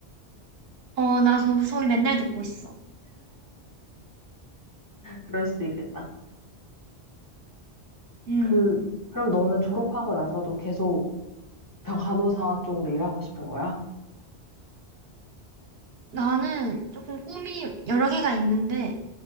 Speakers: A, on the right (about 65°); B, on the left (about 20°).
A: 어, 나 그 소리 맨날 듣고 있어.
B: 그럴 수도 있겠다.
A: 음.
B: 그 그럼 너는 졸업하고 나서도 계속 병 간호사 쪽으로 일하고 싶은 거야?
A: 나는 조금 꿈이 여러 개가 있는데